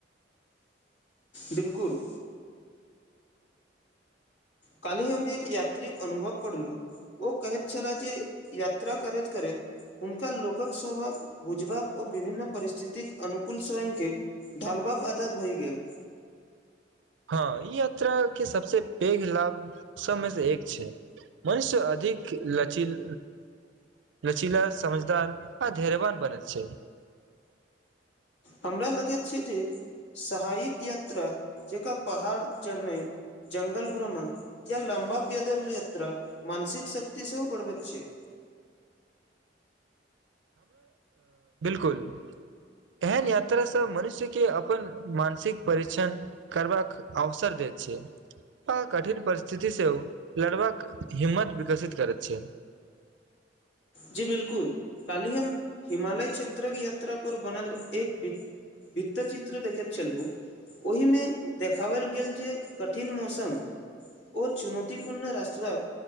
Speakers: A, on the left; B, on the right.
A: बिल्कुल कालि हममे एक यात्रिक अनुभव पढ़लू ओ कहैत छलै जे यात्रा करैत करैत हुनका लोकक स्वभाव बुझबाक ओ विभिन्न परिस्थितिक अनुकूल स्वयं के ढाल बाके आदर होइ गेल
B: <inaudible> हँ ई यात्रा के सबसे पैघ लाभ सबमे से एक छै मनुष्य अधिक लचील लचीला समझदार आ धैर्यवन बनेैत छै
A: हमरा लगैत छै जे सहायियक यात्रा जेक पहाड़ चढ़नाई जंगल भ्रमण या लम्बा पयदल याता मानसिक शक्त सेहो गड़बैत छै
B: <inaudible> कुल एहन यात्रा से मनुष्य के अपन मानसिक परिक्षण करबाक अवसर दे छियै आ कठिन परिस्थिति सेहो लड़बाक हिम्मत विकसित करैत छै <inaudible>
A: जी बिलकुल काली हम हिमालय क्षेत्रक यात्रा बनल एक वित्त चित्र देखैत छलू ओहिमे देखाबल गेल जे कठिन मौसम ओ चुनौतीपूर्ण रास्त्राक